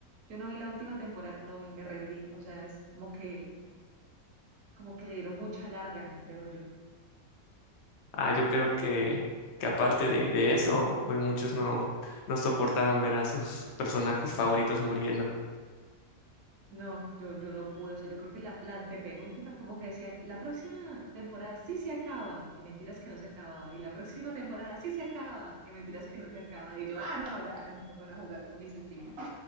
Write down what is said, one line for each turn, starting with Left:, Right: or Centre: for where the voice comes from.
Right: Yo no vi la última temporada, no vi, me rendí, o sea, es como que, como que le dieron mucha larga, creo yo.
Left: Ah, yo creo que, que aparte de, de eso, pues muchos no, no soportaron ver a sus personajes favoritos muriendo.
Right: No, yo, yo no pude, o sea, yo creo que la, la antepenúltima, como que decían, la próxima temporada sí se acaba, y mentiras que no se acababa, y la próxima temporada sí se acaba, y mentiras que no se acaba, y yo, ah, no, ya, no van a jugar con mis sentimientos.